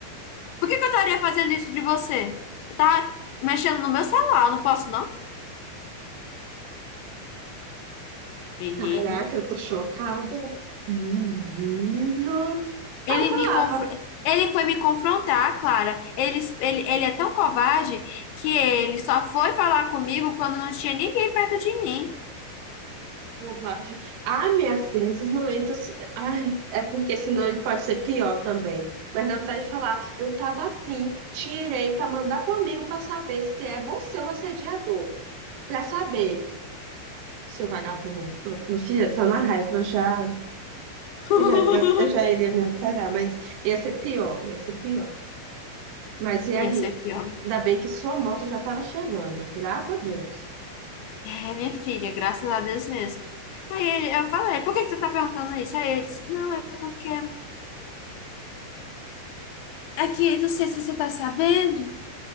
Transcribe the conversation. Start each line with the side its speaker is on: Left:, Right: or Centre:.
Left: por que que eu estaria fazendo isso de você? Eu tava mexendo no meu celular, eu não posso, não? Menina.
Right: Caraca, eu tô chocada. Menina.
Left: Ele
Right: Ah, eu falava,
Left: me confro... ele foi me confrontar, Clara. Ele, ele, ele é tão covarde que ele só foi falar comigo quando não tinha ninguém perto de mim.
Right: covarde. Ah, minha filha, esses momentos. Ai, é porque senão ele pode ser pior também. Mas dá vontade de falar, eu tava assim, tirei pra mandar pro amigo pra saber se é você o assediador. Pra saber, seu vagabundo. Minha filha, tô na raiva, eu já,
Left: <laughs>
Right: eu já, eu já iria me alterar, mas ia ser pior, ia ser pior. Mas e aí?
Left: Ia ser pior.
Right: Ainda bem que sua moto já estava chegando, graças a Deus.
Left: É, minha filha, graças a Deus mesmo. Aí ele, eu falei, por que que você tá perguntando isso? Aí ele disse, não, é porque é que não sei se você tá sabendo.